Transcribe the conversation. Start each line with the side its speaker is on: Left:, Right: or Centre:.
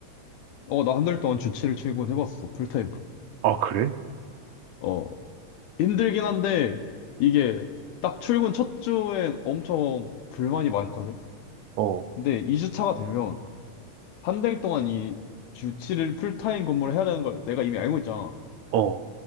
Left: 어, 나 한 달 동안 주 7일 출근해봤어. 풀타임으로.
Right: 아, 그래?
Left: 어. 힘들긴 한데 이게 딱 출근 첫 주엔 엄청 불만이 많거든.
Right: 어,
Left: 근데 2주 차가 되면 한 달 동안 이 주 7일 풀타임 근무를 해야 되는 걸 내가 이미 알고 있잖아.
Right: 어,